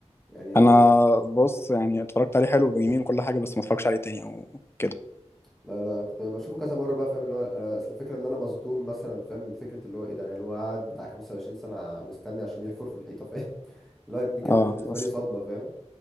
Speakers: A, in the centre; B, on the left.
A: يعني
B: انا بص يعني اتفرجت عليه حلو وجميل وكل حاجه بس ما اتفرجش عليه تاني او كده
A: لا لا انا كنت بشوفه كذا مره بقى فاهم اللي هو أنا اصل الفكره ان انا مصدوم مثلا فاهم من فكره اللي هو ايه ده يعني هو قعد بتاع 25 سنه مستني عشان يحفر في الحيطه فاهم <laughs> اللي هو دي كانت
B: اه
A: بالنسبه
B: بس
A: لي صدمه فاهم